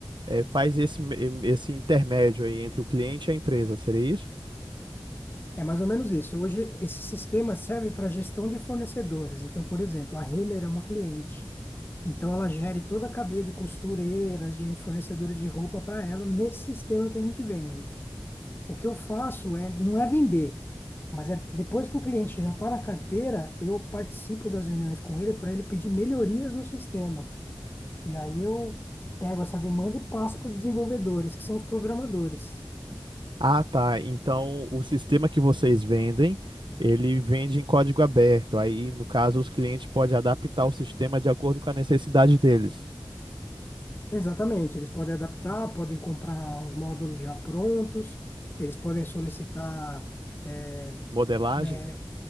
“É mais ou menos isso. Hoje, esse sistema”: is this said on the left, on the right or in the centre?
Left